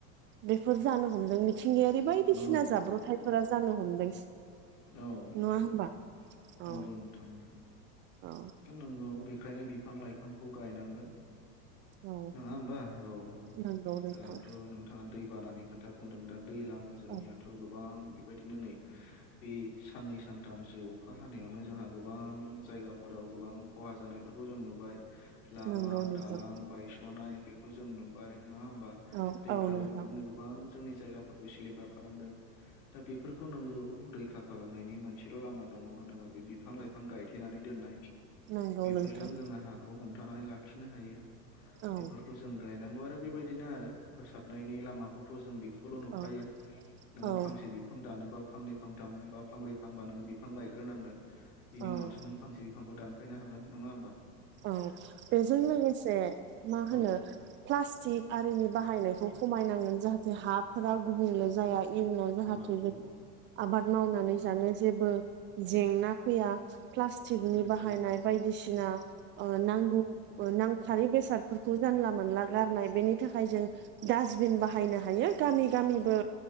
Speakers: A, on the right; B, on the left.
A: बेफोर जानो हमदों। मिथिंगायारि बायदिसिना
B: औ
A: जाब्रथायफोरा जानो हमदों।
B: औ नोंथां
A: नङा होमबा औ
B: नंगौ नोंथां नंगौ
A: औ
B: दा नंगौ बेखाय नो बिफां लाइफांखौ गायनांगोन।
A: औ
B: नङा होमबा औ
A: नंगौ नोंथां
B: दाथ' नोंथाङा दै बानानि खोथ था बुंदों दा दैज्लां जोंनियाथ'
A: औ
B: गोबां बेबायदिनो नै बे साननै सानथामसो अखा हानायावनो जोंहा गोबां जायगाफोराव गोबां खहा जानायफोर खौ जों नुबाय लामा
A: नंगौ नोंथां
B: दालां बायस'नाय बेखौ जों नुबाय। नङा होमबा
A: औ
B: दैफ्राबो
A: औ नोंथां
B: बेबादिनो गोबां जोंनि जायगाफोरखौ सिलिंखार खालामदों दा बेफोरखौ नोंगौ रै खा खालामनायनि मोनसेल' लामा दङ होनोब्ला बे बिफां लाइफां गायथेनानै दोननाय।
A: नंगौ
B: बेफोरजों
A: नोंथां
B: जोङो हाखौ हमथा नानै लाखिनो हायो
A: औ
B: बेफोरखौ जों गायनांगौ आरो बेबायदिनो आरो फोसाबनायनि लामाखौथ' जों बेखौ खौल' नुखायो
A: औ
B: नोङो
A: औ
B: फांसे बिफां दानोबा फांनै फां थाम बा फांब्रै फांबा नो बिफां गायग्रोनांगोन बेनि
A: औ
B: उनावसो नों फांसे बिफांखौ दान फायनो हागोन नङा होनबा?
A: औ बेजों लोगोसे मा होनो
B: औ
A: प्लास्टिक आरिनि बाहायनायखौ खमायनांगोन जाहाथे हाफोरा गुबुंले जाया इयुनाव जाहाथे
B: नंगौ
A: जोंङो आबाद मावनानै जानो जेबो जेंना फैया प्लास्टिकनि
B: नंगौ
A: बाहायनाय बायदि सिना नांगौखौ नांगौ थारै बेसादफोरखौ जानला मोनला गारनाय बेनि थाखाय जों डास्टबिन बाहायनो हायो गामि गामिबो